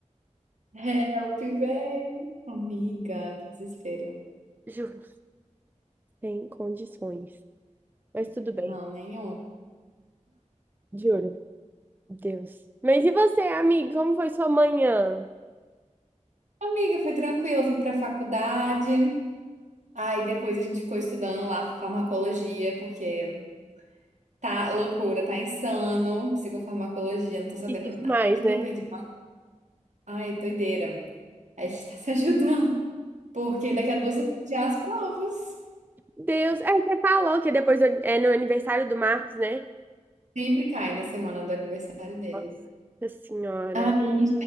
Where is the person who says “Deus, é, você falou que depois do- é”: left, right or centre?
Right